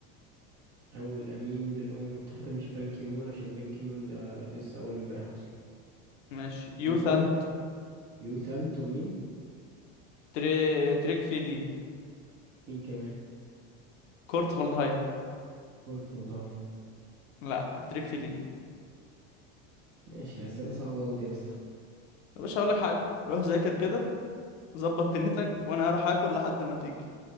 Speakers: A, on the right; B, on the left.
A: اول امين للامم المتحده مش بان كيمون عشان بان كيمون ده لسه اول امبارح اصلا
B: ماشي يو
A: مين
B: ثانت
A: تاني يو ثانت ومين مين
B: تري... تريج فيلي
A: مين كمان
B: كورت فالدهايم
A: كورت فالداين
B: لا تريج فيلي
A: ماشي اسئله صعبه قوي دي يا اسطى
B: يا باشا هقول لك حاجه روح ذاكر كده ظبط دنيتك وانا هروح اكل لحد ما تيجي